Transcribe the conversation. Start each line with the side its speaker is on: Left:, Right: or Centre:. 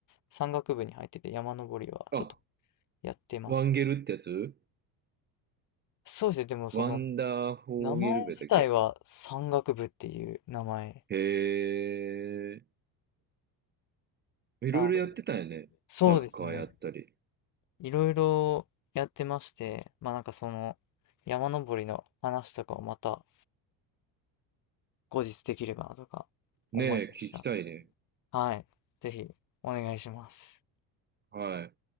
Left: 山岳部に入ってて山登りはちょっと
Right: あ、
Left: やってました。
Right: ワンゲルってやつ
Left: そうですね。でもその
Right: ワンダーフォーゲルベだっけ
Left: 名前自体は山岳部っていう名前
Right: へえ。いろいろやってたよね。
Left: な、そうですね。
Right: サッカーやったり。
Left: いろいろやってまして、まあなんかその山登りの話とかをまた後日できればなとか思いました。
Right: ねえ、聞きたいね。
Left: はい。ぜひお願いします。
Right: はい。